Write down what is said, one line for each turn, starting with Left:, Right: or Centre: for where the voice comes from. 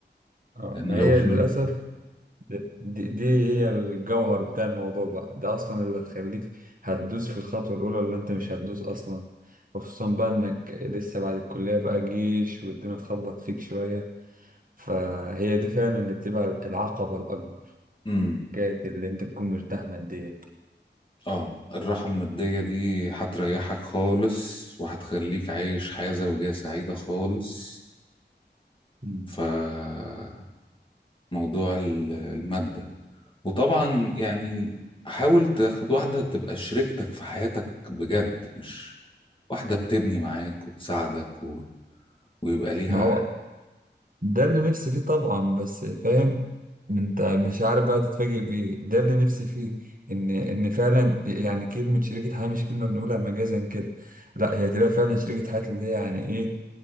Right: اه
Left: لأن
Right: ما
Left: لو
Right: هي
Left: الفلوس
Right: للأسف دي, دي هي الجوهر بتاع الموضوع بقى ده أصلا اللي هتخليك هتدوس في الخطوة الأولى اللي أنت مش هتدوس أصلا وخصوصا بقى إنك لسه بعد الكلية بقى جيش والدنيا تخبط فيك شوية فهي دي فعلا اللي بتبقى العقبة الأكبر
Left: امم
Right: حكاية اللي أنت تكون مرتاح ماديا
Left: اه الراحة المادية دي هتريحك خالص وهتخليك عايش حياة زوجية سعيدة خالص
Right: مم.
Left: فموضوع ال- المادة وطبعا يعني حاول تاخد واحدة تبقى شريكتك في حياتك بجد مش واحدة بتبني معاك وتساعدك و... ويبقى ليها
Right: ما هو ده اللي نفسي فيه طبعا بس فاهم انت مش عارف بقى تتفاجئ بايه ده اللي نفسي فيه ان ان فعلا يعني كلمه شريكه حياه مش كلمه بنقولها مجازا كده لا هي تبقى فعلا شريكه حياه اللي هي يعني ايه